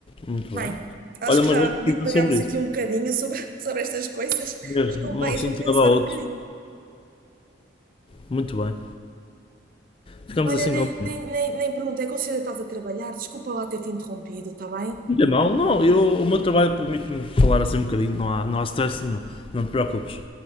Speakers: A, on the left; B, on the right.
A: muito
B: Bem,
A: bem.
B: acho
A: Olha,
B: que
A: mas
B: já
A: vou pesquisar
B: divagámos
A: sobre isso.
B: aqui um bocadinho sobre, <laughs> sobre estas coisas,
A: Mesmo,
B: mas convém
A: um assunto
B: a gente pensar
A: leva a outro.
B: um bocadinho.
A: Muito bem. Ficamos
B: Olha,
A: assim
B: nem,
A: combinados.
B: nem, nem, nem perguntei, considera que estás a trabalhar? Desculpa lá ter-te interrompido, está bem?
A: Não é mal, não. Eu, o meu trabalho permite-me falar assim um bocadinho. Não há, não há stress nenhum. Não te preocupes.